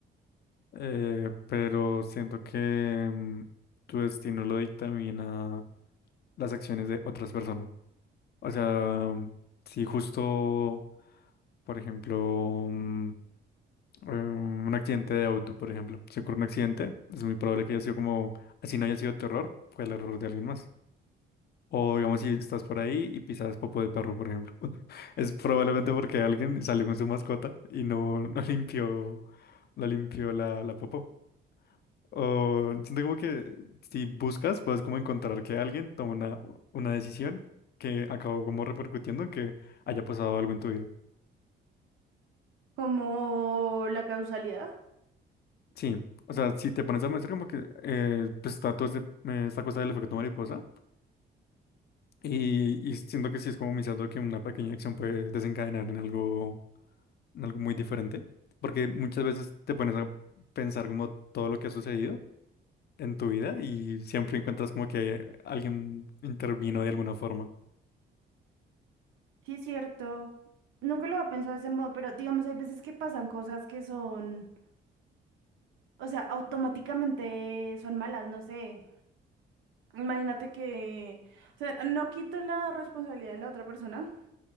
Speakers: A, on the left (about 55°); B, on the right (about 85°).
A: eh, pero siento que mm, tu destino lo dictamina las acciones de otras personas. O sea, mm, si justo, por ejemplo, mm, eh, un accidente de auto, por ejemplo. Si ocurre un accidente, es muy probable que haya sido como, así no haya sido tu error, fue el error de alguien más. O digamos, si estás por ahí y pisas popo de perro, por ejemplo. <laughs> Es probablemente porque alguien salió con su mascota y no, no <laughs> limpió, no limpió la, la popó. O siento como que si buscas, puedes como encontrar que alguien toma una, una decisión que acabó como repercutiendo en que haya pasado algo en tu vida.
B: Como la causalidad.
A: Sí, o sea, si te pones a mostrar como que eh, pues está toda esta cosa del efecto mariposa y, y siento que sí es como iniciando que una pequeña acción puede desencadenar en algo, en algo muy diferente, porque muchas veces te pones a pensar como todo lo que ha sucedido en tu vida y siempre encuentras como que alguien intervino de alguna forma.
B: Sí, es cierto. Nunca lo había pensado de ese modo, pero digamos, hay veces que pasan cosas que son... o sea, automáticamente son malas, no sé. Imagínate que, o sea, no quito la responsabilidad de la otra persona,